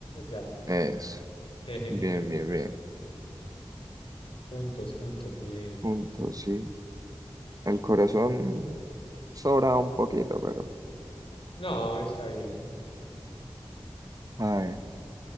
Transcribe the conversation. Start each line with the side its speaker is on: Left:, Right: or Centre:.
Left: ya.
Right: Eso.
Left: <laughs>
Right: Bien, bien, bien.
Left: Juntos, juntos, bien.
Right: Punto, sí. El corazón sobra un poquito, pero.
Left: No, está bien.
Right: A ver.